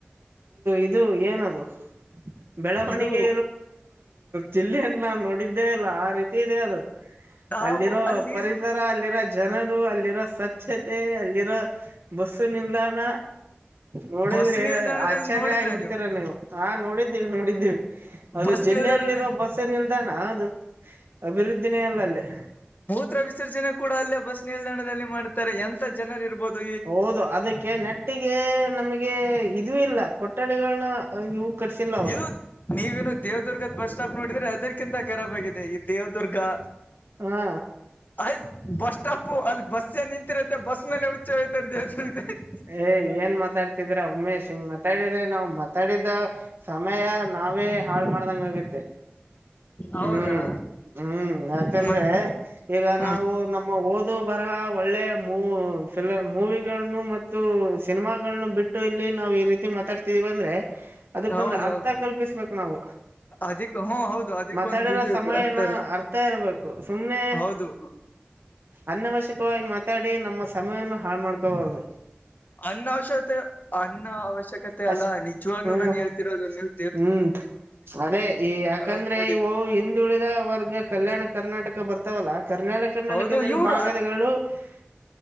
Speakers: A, on the right; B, on the left.
A: ಇದು ಏನದು ಬೆಳವಣಿಗೆ.
B: ಇದು
A: ಚಿಲ್ಲಿಯನ್ನ ನಾ ನೋಡಿದ್ದೆ. ಇಲ್ಲ ಆ ರೀತಿ ಇದೆ ಅದು
B: ನಾವು
A: ಅಲ್ಲಿರೋ
B: ಅಲ್ಲಿ
A: ಪರಿಸರ. ಅಲ್ಲಿರ ಜನರು ಅಲ್ಲಿರೋ ಸ್ವಚ್ಛತೆ ಅಲ್ಲಿರೋ ಬಸ್ಸು ನಿಲ್ದಾಣ. ನೋಡಿದ್ರಿ
B: ಬಸ್ ನಿಲ್ದಾಣದಲ್ಲಿ
A: ಅಚಾರ್ಯ
B: ನೋಡಿದ್ರೆ
A: ಆಗಬಿಡ್ತೀರ ನೀವು ಹಾ ನೋಡಿದ್ರಿ. ನೋಡಿದ್ದೀವಿ ಅದು
B: ಬಸ್
A: ಜಿಲ್ಲೆಯಲ್ಲಿರೋ
B: ನಿಲ್ದಾಣನೆ
A: ಬಸ್ಸ ನಿಲ್ದಾಣ ಅದು. ಅಭಿವೃದ್ಧಿನೇ ಅಲ್ಲ ಅಲ್ಲಿ
B: ಮೂತ್ರ ವಿಸರ್ಜನೆ ಕೂಡ ಅಲ್ಲೇ ಬಸ್ ನಿಲ್ದಾಣದಲ್ಲಿ ಮಾಡುತ್ತಾರೆ ಎಂತ. ಎಂತ ಜನರು ಇರ್ಬಹದು.
A: ಹೌದು ಅದಕ್ಕೆ ನೆಟ್ಟಿಗೆ ನಮಗೆ ಇದೂ ಇಲ್ಲ ಕೊಠಡಿಗಳನ್ನ ಇವು. ಕಟ್ಸಿಲ್ಲ ಅವರು
B: ಇದು ನೀವನು ದೇವ್ದುರ್ಗದ ಬಸ್ ಸ್ಟಾಪ್ ನೋಡಿದ್ರೆ ಅದಕಿಂತ ಕಾರಾಬ್ ಆಗಿದೆ ಈ ದೇವದುರ್ಗಾ.
A: ಹಾ
B: ಹಾ ಬಸ್ ಸ್ಟಾಪು ಅಲ್ಲಿ ಬಸ್ಸೇ ನಿಂತಿರುತ್ತೆ ಬಸ್ ಮೇಲೆ. <unintelligible>
A: ಏ ಏನ್ ಮಾತಾಡ್ತಿದ್ರ ಉಮೇಶ್ ಸಿಂಗ್ ಮಾತಾಡಿದ್ರೆ ಮತ್ ಮಾತ್ತಡಿದ್ರೆ ಸಮಯ ನಾವೇ ಹಾಳ್ ಮಾಡ್ದಂಗ ಆಗುತ್ತೆ.
B: ಹೌದಾ
A: ಹ್ಮ್ ಹ್ಮ್ ಯಾಕಂದ್ರೆ
B: ಮತ್
A: ಈಗ
B: ಹ್ಮ
A: ನಾವು ನಮ್ಮ. ಓದು ಬರಹ ಒಳ್ಳೆ ಮೂ ಫಿಲಂ ಮೂವಿಗಳನ್ನು ಮತ್ತು ಸಿನಿಮಾಗಳನು ಬಿಟ್ಟು ಇಲ್ಲಿ ನಾವವು ಈ ರೀತಿ ಮಾತಾಡ್ತಿದೀವಿ ಅಂದ್ರೆ. ಅದಕ್ಕೊಂದ್ರ
B: ಹೌದೌದು
A: ಅರ್ಥ ಕಲ್ಪಿಸ್ಬೇಕು ನಾವು
B: ಅದಿಕ್ ಹ್ಮ ಹೌದು ಅದಕ್ಕೊಂದು
A: ಮಾತಾಡಿರೋ
B: ಇದು ಇ
A: ಸಮಯನ
B: ಹತ್ತಾರ
A: ಅರ್ಥ. ಇರ್ಬೇಕು ಸುಮ್ನೆ.
B: ಹೌದು
A: ಅನವಶ್ಯಕವಾಗಿ ಮಾತಾಡಿ ನಮ್ಮ ಸಮಯವನ್ನು ಹಾಳು ಮಾಡಕೋಬಹುದು.
B: ಅನ್ನ ಅವಶ್ಯಕತೆ ಅನ್ನ ಅವಶ್ಯಕತೆ
A: ಅಷ್
B: ಅಲ್ಲಾ ನಿಜವಾಗ್ಲೂ
A: ಹ್ಮ್
B: ನಾನು ಹೇಳ್ತಿರೋದು ನಿಲ್.
A: ಹ್ಮ್ ಅದೇ ಈ ಯಾಕಂದ್ರೆ
B: ಒಂದ್ ನೋಡಿ
A: ಇವು. ತುಳಿದ ವರ್ಗ ಕಲ್ಯಾಣ ಕರ್ನಾಟಕ ಬರ್ತಾವಲ್ಲ ಕ್ರನಳಿ ಕರ್ನಾಟಕದಲ್ಲಿ
B: ಹೌದು ಇವ್ರು
A: ಭಾಗದಗಳು.
B: ಅಲ್
A: <unintelligible>